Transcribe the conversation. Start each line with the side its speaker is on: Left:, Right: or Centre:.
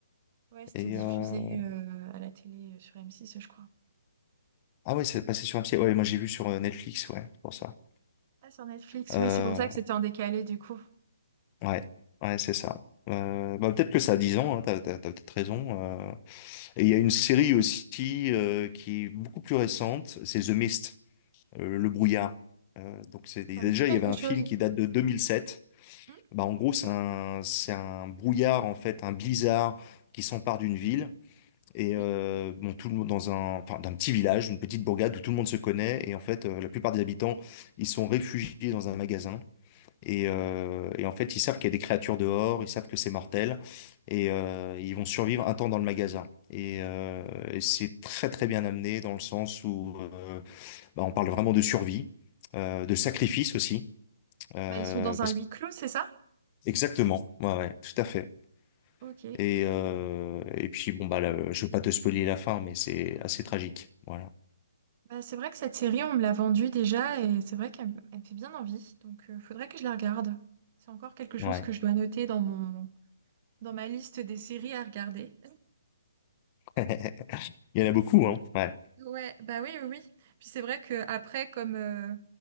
Right: ouais, c'était
Left: Et
Right: diffusé
Left: euh...
Right: euh, à la télé euh, sur M6, je crois.
Left: Ah ouais, c'est passé sur un petit... Ouais, moi j'ai vu sur euh, Netflix, ouais, c'est pour ça.
Right: Ah, sur Netflix,
Left: Euh,
Right: oui, c'est pour ça que c'était en décalé du coup.
Left: ouais, ouais, c'est ça. Euh, bah, peut-être que ça a 10 ans, hein, t'as, t'as- t'as peut-être raison. euh. Et il y a une série aussi euh, qui est beaucoup plus récente, c'est The Mist, euh, le brouillard. Euh, donc c'est déjà
Right: Ça me dit quelque
Left: il y avait un
Right: chose.
Left: film qui date de 2007.
Right: Hmm
Left: Bah en gros c'est un c'est un brouillard en fait, un blizzard qui s'empare d'une ville Et
Right: Oui,
Left: euh, bon, tout le monde dans un, enfin, d'un petit village, une petite bourgade où tout le monde se connaît. Et en fait, euh, la plupart des habitants, ils sont réfugiés dans un magasin. Et, euh, et en fait, ils savent qu'il y a des créatures dehors, ils savent que c'est mortel. Et euh, ils vont survivre un temps dans le magasin. Et, euh, et c'est très très bien amené dans le sens où euh, bah, on parle vraiment de survie, euh, de sacrifice
Right: oui.
Left: aussi. Euh,
Right: Bah, ils sont dans
Left: parce...
Right: un huis clos, c'est ça?
Left: Exactement, ouais, ouais, tout à fait.
Right: Ok.
Left: Et, euh, et puis bon bah là, je veux pas te spoiler la fin, mais c'est assez tragique. Voilà.
Right: Bah, c'est vrai que cette série, on me l'a vendue déjà et c'est vrai qu'elle me elle me fait bien envie. Donc, il faudrait que je la regarde. C'est encore quelque chose
Left: Ouais.
Right: que je dois noter dans mon, dans ma liste des séries à regarder.
Left: <laughs> Il y en a beaucoup, hein. Ouais.
Right: Ouais, bah oui, oui, oui. Puis c'est vrai que après, comme euh,